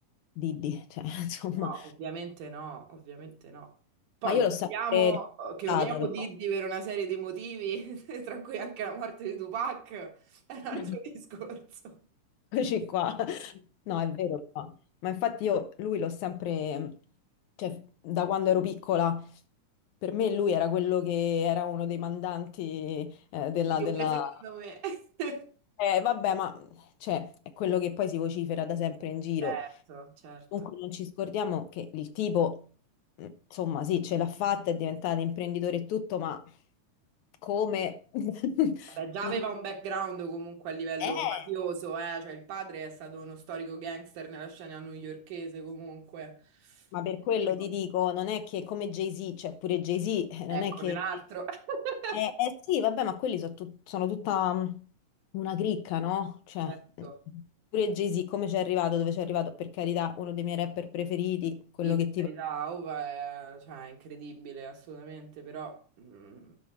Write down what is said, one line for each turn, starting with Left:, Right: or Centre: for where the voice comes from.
Left: Diddy, cioè, <laughs> insomma,
Right: No, ovviamente no, ovviamente no. Poi
Left: ma io
Right: che
Left: l'ho sempre
Right: odiamo, che
Left: ascoltato,
Right: odiamo Diddy per una serie di motivi, <laughs> tra cui anche la morte di Tupac, è un altro
Left: però. <laughs>
Right: <laughs> discorso.
Left: Eccoci qua. No, è vero, però. Ma infatti io lui l'ho sempre, cioè, da quando ero piccola, per me lui era quello che era uno dei mandanti eh, della,
Right: Sì,
Left: della...
Right: pure secondo me. <laughs>
Left: Eh, vabbè, ma cioè, è quello che poi si vocifera da sempre in giro.
Right: Certo, certo.
Left: Comunque non ci scordiamo che il tipo, mh, insomma, sì, ce l'ha fatta, è diventato imprenditore e tutto, ma come? <laughs>
Right: Vabbè, già
Left: Non-
Right: aveva un background comunque a livello
Left: Eh,
Right: mafioso, eh? Cioè il padre è stato uno storico gangster nella scena newyorkese comunque.
Left: ma
Right: Quindi,
Left: per quello
Right: tipo,
Left: ti dico, non è che come Jay-Z, cioè pure Jay-Z, eh, non
Right: ecco,
Left: è che...
Right: un altro. <laughs>
Left: Eh, eh sì, vabbè, ma quelli so tut- sono tutta mh, una cricca, no? Cioè,
Right: Certo,
Left: mh, pure Jay-Z, come ci è arrivato, dove ci è arrivato, per carità, uno dei miei rapper preferiti, quello
Right: sì, per
Left: che ti
Right: carità, Ova è, cioè, è incredibile, assolutamente, però mm,